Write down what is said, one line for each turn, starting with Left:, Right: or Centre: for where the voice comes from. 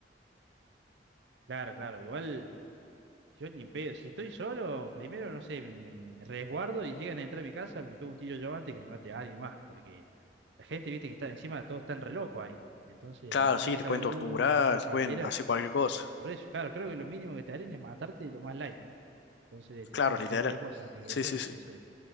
Right: claro, claro. Igual, yo ni en pedo. Si estoy solo, primero, no sé, me, me- me- me resguardo y llegan a entrar a mi casa, me pego un tiro yo antes que me mate a alguien más, porque la gente, viste, que está encima, todos están re locos ahí. Entonces,
Left: Claro,
Right: no, no
Left: sí,
Right: le
Left: te
Right: cabe
Left: pueden
Right: una,
Left: torturar,
Right: ven a
Left: te
Right: cualquiera,
Left: pueden hacer cualquier cosa.
Right: Por eso, claro, creo que lo mínimo que te harían es matarte de lo más light. Entonces te
Left: Claro,
Right: pueden hacer
Left: literal.
Right: cualquier cosa antes
Left: Sí,
Right: que eso.
Left: sí,
Right: Entonces,
Left: sí.